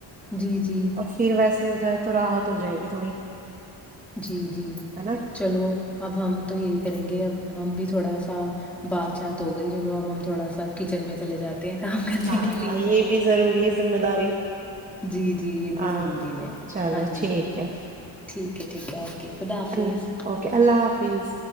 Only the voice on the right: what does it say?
اور پھر ویسے جائے تو راحت ہو جائے گی تھوڑی
ہے نا
ہاں
ہاں یہ بھی ضروری ہے ذمہ داری
ہاں
چلو
ٹھیک ہے
اللہ اوکے اللہ حافظ